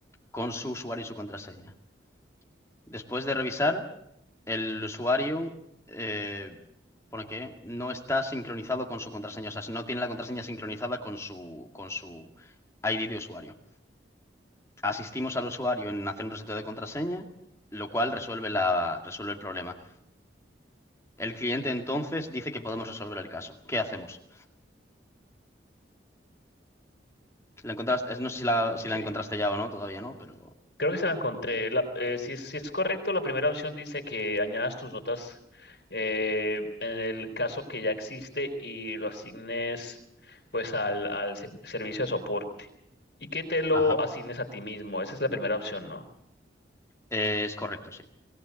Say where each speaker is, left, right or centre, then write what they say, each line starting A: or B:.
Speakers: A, on the left; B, on the left.
A: con su usuario y su contraseña. Después de revisar, el usuario eh, pone que no está sincronizado con su contraseña, o sea, no tiene la contraseña sincronizada con su, con su ID de usuario. Asistimos al usuario en hacer un reseteo de contraseña, lo cual resuelve la, resuelve el problema. El cliente entonces dice que podemos resolver el caso. ¿Qué hacemos? La encontraste, es- no sé si la,
B: Ok.
A: si la encontraste ya o no, todavía no, pero...
B: Creo que se la encontré. La- eh, si es, si es correcto, la primera opción dice que añadas tus notas eh, en el caso que ya existe y lo asignes pues al, al se- servicio de soporte y que te lo
A: Ajá.
B: asignes a ti mismo. Esa es la primera opción, ¿no?
A: Eh, es correcto, sí.